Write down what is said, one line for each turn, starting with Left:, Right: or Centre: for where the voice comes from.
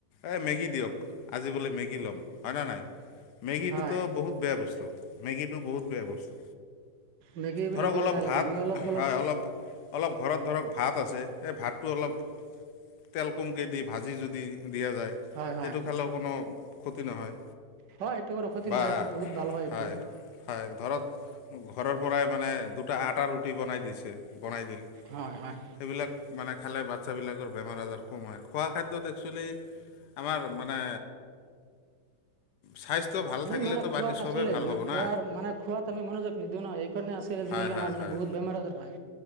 Left: এ মেগী দিয়ক, আজি বোলে মেগী ল'ম। হয় না নাই? মেগীটোতো
Right: হয়
Left: বহুত বেয়া বস্তু। মেগীটো বহুত বেয়া বস্তু।
Right: মেগী এইবিলাক
Left: ধৰক
Right: দিব
Left: অলপ
Right: নালাগে
Left: ভাত
Right: আমি অলপ অলপ-
Left: হয় অলপ ঘৰত ধৰক ভাত আছে সেই ভাতটো অলপ তেল কমকৈ দি ভাজি যদি দিয়া যায়
Right: হয় হয়
Left: সেইটো খালেও কোনো ক্ষতি নহয়।
Right: হয় এইটো কোনো ক্ষতি
Left: বা
Right: নহয় এইটো বহুত ভাল এইটো
Left: হয় হয় ধৰক ঘৰৰ পৰাই মানে দুটা আটা ৰুটি বনাই দিছে। বনাই দিল
Right: হয় হয়
Left: সেইবিলাক মানে খালে বাচ্ছাবিলাকৰ বেমাৰ আজাৰ কম হয় খোৱা খাদ্যত একচুৱেলি আমাৰ মানে স্বাস্থ্য ভাল
Right: আমি
Left: থাকিলেতো
Right: মানে খোৱা
Left: বাকী
Right: পাচলিত
Left: চবেই ভাল
Right: মানে
Left: হ'ব
Right: খোৱাৰ
Left: না
Right: মানে খোৱাত আমি মনোযোগ নিদিওঁ ন সেইকাৰণে আছিল আজিকালি
Left: হয় হয়
Right: আমাৰ মানে
Left: হয়
Right: বহুত বেমাৰ আজাৰ হয়